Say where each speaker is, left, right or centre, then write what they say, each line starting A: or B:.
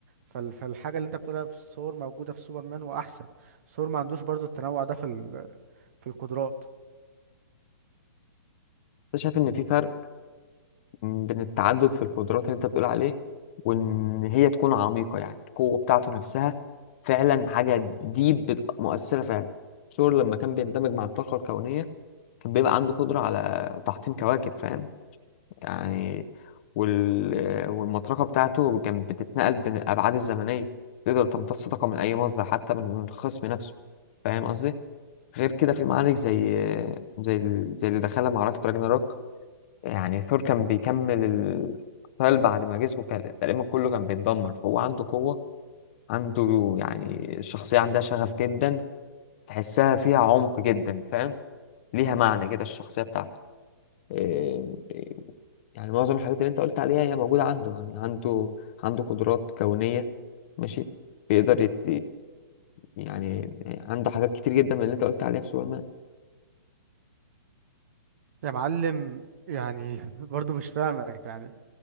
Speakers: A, on the right (about 40°); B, on the left (about 35°).
A: فال... فالحاجة اللي انت بتقولها في الثور موجودة في سوبرمان وأحسن ثور ما عندوش برضه التنوع ده في في القدرات
B: انت شايف ان في فرق بين التعدد في القدرات اللي انت بتقول عليه وان هي تكون عميقة يعني القوة بتاعته نفسها فعلا حاجة دي مؤثرة فعلا ثور لما كان بيندمج مع الطاقة الكونية كان بيبقى عنده قدرة على تحطيم كواكب فاهم يعني وال... والمطرقة بتاعته كانت بتتنقل بين الأبعاد الزمنية تقدر تمتص طاقة من أي مصدر حتى من الخصم نفسه فاهم قصدي؟ غير كده في معارك زي زي ال- زي اللي دخلها معركة راجناروك يعني ثور كان بيكمل القتال بعد ما جسمه كان تقريبا كله كان بيتدمر فهو عنده قوة عنده يعني الشخصية عندها شغف جدا تحسها فيها عمق جدا فاهم؟ ليها معنى كده الشخصية بتاعته إيه، يعني معظم الحاجات اللي انت قلت عليها هي موجودة عنده يعني عنده عنده قدرات كونية ماشي بيقدر يت... يعني عنده حاجات كتير جدا من اللي انت قلت عليها في سوبرمان
A: يا معلم يعني <laughs> برضو مش فاهمك يعني